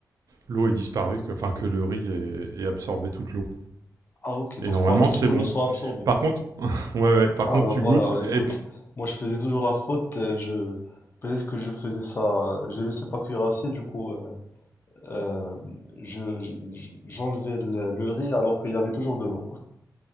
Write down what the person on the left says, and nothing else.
Ah ok, donc
faut attendre
que
l'eau soit absorbée.
Ah
bah
voilà,
écoute,
<laughs> moi je faisais toujours la faute, euh, je peut-être que je faisais ça, je laissais pas cuire assez, du coup euh, euh, je je- je- j'enlevais le, le riz alors qu'il y avait toujours de l'eau.